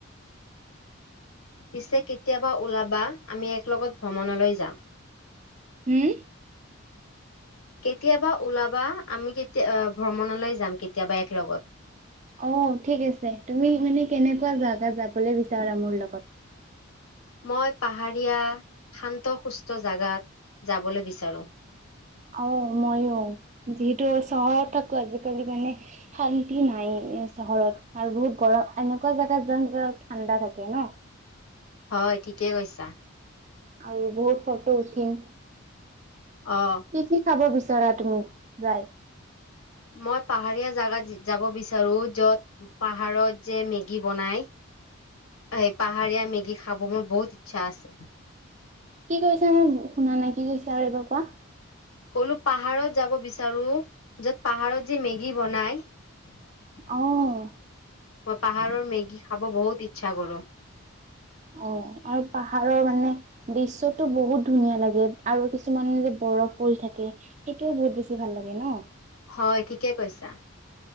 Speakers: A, on the left; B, on the right.
A: পিছে কেতিয়াবা ওলাবা। আমি এক লগত ভ্ৰমণলৈ যাম।
B: হুম?
A: কেতিয়াবা ওলাবা। আমি তেতিয়া ভ্ৰমনলৈ যাম কেতিয়াবা এক লগত।
B: অ, ঠিক আছে। তুমি মানে কেনেকুৱা জাগা যাবলে বিচাৰা মোৰ লগত?
A: মই পাহাৰীয়া শান্ত সুস্থ জাগাত যাবলে বিচাৰোঁ।
B: অ, মইও। যিহেতু চহৰত থাকো আজিকালি মানে শান্তি নাইয়ে এ চহৰত। আৰু বহুত গৰম। এনেকুৱা জাগাত যাম যত, ঠাণ্ডা থাকে ন?
A: হয়। ঠিকেই কৈছা।
B: আৰু বহুত ফটো উঠিম।
A: অঁ।
B: কি কি খাব বিচৰা তুমি যাই?
A: মই পাহাৰীয়া জাগাত যাব বিচাৰো য'ত, পাহাৰত যে মেগী বনাই? এ পাহাৰীয়া মেগী খাব মোৰ বহুত ইচ্ছা আছে।
B: কি কৈছা মানে শুনা নাই? কি কৈছা আৰু এবাৰ কোৱা?
A: <unintelligible> পাহাৰত যাব বিচাৰো যত পাহাৰত যে মেগী বনাই। মই
B: অ',
A: পাহাৰৰ মেগী খাব বহুত ইচ্ছা কৰো।
B: অ আৰু পাহাৰৰ মানে। দৃশ্যয়তো বহুত ধুনীয়া লাগে আৰু কিছুমানে যে বৰফ পৰি থাকে। সেইটোয়েও বহুত বেছি ভাল লাগে ন।
A: হয় ঠিকে কৈছা।